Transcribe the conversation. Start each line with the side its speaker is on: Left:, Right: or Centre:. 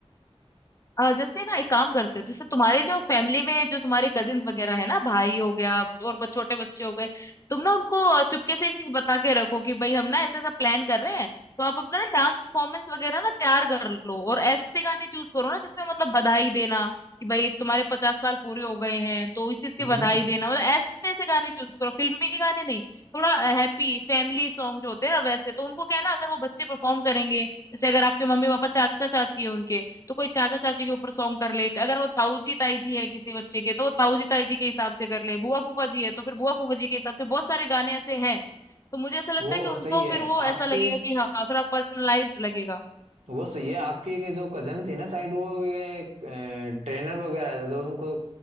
Left: अ, जैसे ना एक काम करते हो जैसे तुम्हारे जो फैमिली में जो तुम्हारे कजिन वगैरह है ना भाई हो गया और ब- छोटे बच्चे हो गए तुम ना उनको अ, चुपके से ये चीज बता के रखो कि भाई हम ना ऐसा ऐसा प्लान कर रहे हैं तो आप अपना ना डांस परफॉर्मेंस वगैरह ना तैयार कर लो और ऐसे गाने चूज करो ना जिसमें मतलब बधाई देना कि भाई तुम्हारे पचास साल पूरे हो गए हैं तो इस चीज की
Right: हम्म
Left: बधाई देना मतलब ऐसे ऐसे गाने चूज करो फिल्मी गाने नहीं थोड़ा हैप्पी फैमिली सॉन्ग जो होते हैं ना वैसे तो उनको क्या है ना अगर वो बच्चे परफॉर्म करेंगे जैसे अगर आपके मम्मी पापा चाचा चाची है उनके तो कोई चाचा चाची के ऊपर सॉन्ग कर ले अगर वो ताऊ जी ताई जी है किसी बच्चे के तो वो ताऊ जी ताई जी के हिसाब से कर ले बुआ फूफा जी है तो फिर बुआ फूफा जी के हिसाब से बहुत सारे गाने ऐसे हैं तो मुझे ऐसा लगता
Right: वो
Left: है कि उनको
Right: सही है
Left: फिर वो ऐसा
Right: आपकी
Left: लगेगा कि हाँ थोड़ा पर्सनलाइज्ड लगेगा
Right: वो सही है आपकी ये जो कजन थी ना शायद वो ये ट्रेनर वगैरह थे जो उनको